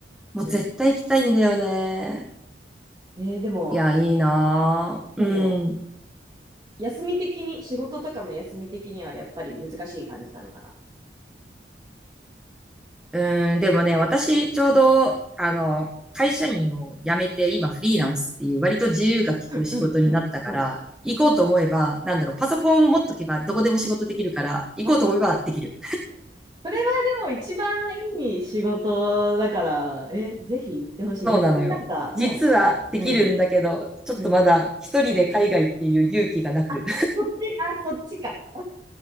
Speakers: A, in the centre; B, on the right.
A: もう絶対行きたいんだよね。
B: うん。えー、でも、
A: いや、いいなぁ。
B: なんだろ
A: うん。
B: う。休み的に、仕事とかの休み的にはやっぱり難しい感じなのかな。
A: うん、でもね、私、ちょうど、あの、会社員を辞めて、今フリーランスっていう、割と自由が利く仕事になったから、
B: うんうんうんうん。
A: 行こうと思えば、なんだろう、パソコン持っとけばどこでも仕事できるから、行こうと思えばできる。
B: あー、それはでも一番いい仕事だから、え、ぜひ行ってほしい。
A: そうなのよ。
B: 逆になんかね、
A: 実はできるんだけど、
B: うん
A: ちょっとまだ一人で海外っていう勇気がなく。
B: うんあ、そっち、あ、そっちか。